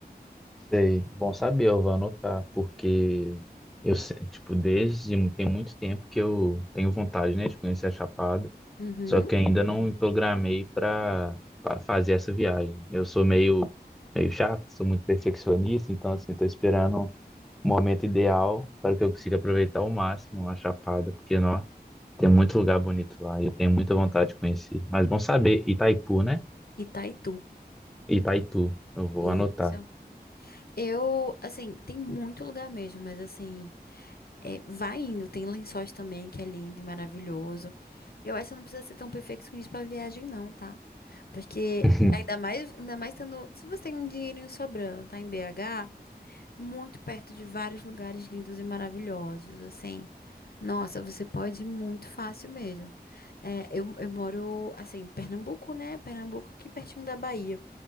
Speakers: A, in the centre; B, on the left.
A: Sei. Bom saber, eu vou anotar, porque eu, se- tipo, desde tem muito tempo que eu tenho vontade, né, de conhecer a Chapada,
B: Uhum.
A: só que ainda não me programei para fazer essa viagem. Eu sou meio, meio chato, sou muito perfeccionista, então, assim, tô esperando o momento ideal para que eu consiga aproveitar ao máximo a Chapada, porque, nossa. Tem muito lugar bonito lá e eu tenho muita vontade de conhecer. Mas bom saber, Itaipu, né?
B: Itaitu.
A: Itaitu, eu vou
B: Isso.
A: anotar.
B: Eu, assim, tem muito lugar mesmo, mas assim. É, vai indo, tem Lençóis também, que é lindo e maravilhoso. Eu acho que você não precisa ser tão perfeccionista pra viagem, não, tá? Porque
A: <laughs>
B: ainda mais, ainda mais tendo. Se você tem um dinheirinho sobrando, tá em BH, muito perto de vários lugares lindos e maravilhosos, assim. Nossa, você pode ir muito fácil mesmo. É, eu, eu moro, assim, em Pernambuco, né? Pernambuco aqui pertinho da Bahia.